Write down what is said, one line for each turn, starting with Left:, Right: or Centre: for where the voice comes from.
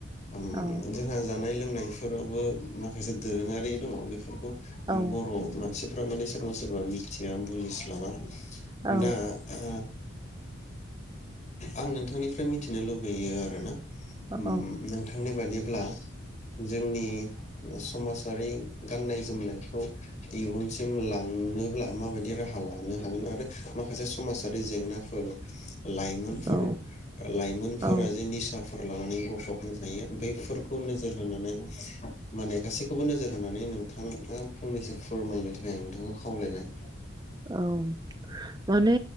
Left: ओम
Right: औ
Left: जोंहा जानाय लों नायफोरावबो माखासे दोरोङारि दङ बेफोरखौ
Right: औ
Left: बर' मानसि फोरा माने सोरबा सोरबा मिथिया बुजिस्लाबा
Right: औ
Left: दा आ आं नोंथांनि मिथिनो लुबै यो आरोना उम
Right: औ
Left: नोंथांनि बायदि ब्ला जोंनि समाजारि गाननाय जोमनायखौ इयुनसिम लांनोब्ला माबायदि राहा लानो हागोन आरो माखासे समाजारि जेंना <inaudible> लाइमोनफोर
Right: औ
Left: लाइमोनफोरा
Right: औ
Left: जे निसाफोर लानानै गफब मजायो ओमफाय फोरखौ नोजोर होनानै माने गासैखौबो नोजोर होनानै नोंथाङा फंनैसो फोरमायनो थाखाय आं नोंथांखौ खावलायबाय
Right: औ माने